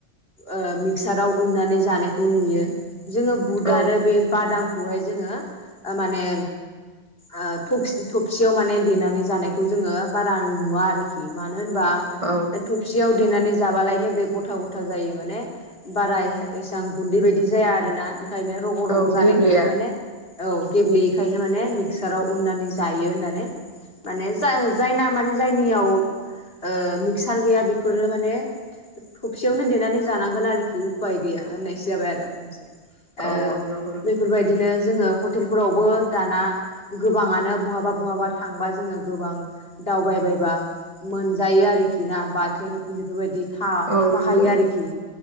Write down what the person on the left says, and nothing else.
ओ मिक्साराव उननानै जानायखौ नुयो जोङो बुद
आरो बे बादामखौहाय जोङो ओमाने ओ थखस थबसियाव माने देनानै जानायखौ जोङो बारा नुवा आरोखि मानो होनोबा ओ थख
थबसियाव देनानै जाबालायनो बे गथा गथा जायो माने बारा एसां गुन्दै बायदि जाया आ आरोना ओंखायनो रग' रग'
जानायखायनो
माने औ गेब्लेयैखायनो माने मिक्साराव उननानै जायो होननानै माने जायना माने जायनियाव ओ मिकस सार गैया बेफोरो माने थबसियावनो देनानै जानांगोन आरोखि उफाय गैया होननायसो जाबाय आरो मोनसे ओ
बेफोरबायदिनो जोङो हटेलफोरावबो दाना गोबाङानो बहाबा बहाबा थांबा जोङो गोबां दावबायबायबा मोनजायो आरोखि ना बाथोन बेफोरबायदि था-थाफाखायो
आरोखि